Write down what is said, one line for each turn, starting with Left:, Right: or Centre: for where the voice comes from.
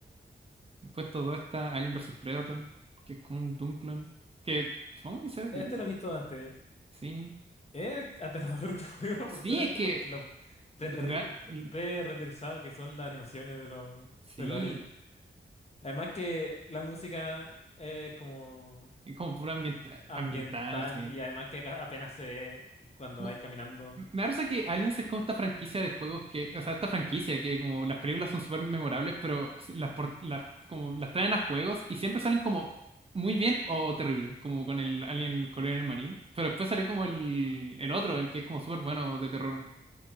Right: Después todo está Alien vs Predator, que es como un Doom clon, que supongo que se ve
Left: Este
Right: bien,
Left: lo he visto antes.
Right: sí.
Left: Es aterrador tu <laughs> juego
Right: Sí,
Left: por, solamente
Right: es que
Left: por lo prender-
Right: lo gra- l-
Left: pre-renderizado que son las animaciones de los
Right: sí,
Left: de los aliens. Además que la música es como
Right: es como puro ambienta-
Left: ambiental
Right: ambiental, sí.
Left: y además que ca- apenas se ve cuando
Right: Como-
Left: vais caminando.
Right: Me parece que Aliens es como esta franquicia de juegos que, o sea, esta franquicia que como las películas son súper memorables, pero s- las, por- las- como las traen a juegos y siempre salen como muy bien o terrible, como con el Alien Colonial Marine. Pero después salió como el, el otro, el que es como súper bueno de terror.